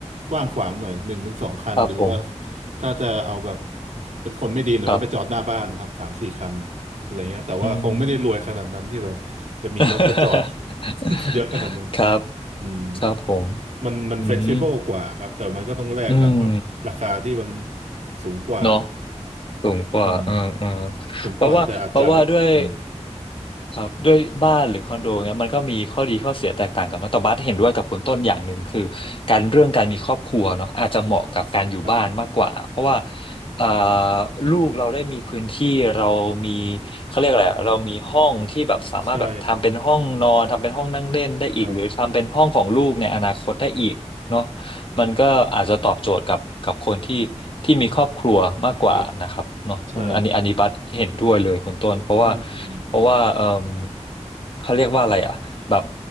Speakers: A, on the right; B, on the left.
A: กว้างขวางหน่อยหนึ่งถึงสองคันหรือว่า
B: ครับผม
A: ถ้าจะเอาแบบเป็นคนไม่ดีหน่อยก็ไปจอดหน้าบ้านครับสามสี่คัน
B: ครับ
A: อะไรเงี้ยแต่ว่าคงไม่ได้รวยขนาดนั้นที่แบบจะมีรถไปจอด
B: อืม <laughs>
A: <laughs> เยอะขนาดนั้น
B: ครับ
A: อืม
B: ครับผม
A: มันมันเฟกซิเบิลกว่าครับแต่มันก็ต้องแลกกับแบบราคาที่มัน
B: อืมอืม
A: สูงกว่า
B: เนาะสูงกว่าเออเออ
A: อืมสูงกว่าแต่อาจจะแบบอืม
B: เพราะว่าเพราะว่าด้วยครับด้วยบ้านหรือคอนโดเนี่ยมันก็มีข้อดีข้อเสียแตกต่างกันเนอะแต่บัสเห็นด้วยกับคุณต้นอย่างหนึ่งคือการเรื่องการมีครอบครัวเนาะอาจจะเหมาะกับการอยู่บ้านมากกว่าเพราะว่า
A: ครับ
B: เอ่อลูกเราได้มีพื้นที่เรามีเขาเรียกอะไรอะเรามีห้องที่แบบสามารถแบบทำเป็นห้องนอนทำเป็นห้องนั่งเล่นได้อีกหรือทำเป็นห้องของลูกในอนาคตได้อีกเนาะ
A: ใช่ครับ
B: มันก็อาจจะตอบโจทย์กับกับคนที่ที่มีครอบครัวมากกว่านะครับเนาะอืมอันนี้อันนี้บัสเห็นด้วยเลยคุณต้นเพราะว่า
A: ครับใช่อืม
B: เพราะว่าเอมเขาเรียกว่าอะไรอ่ะแบบ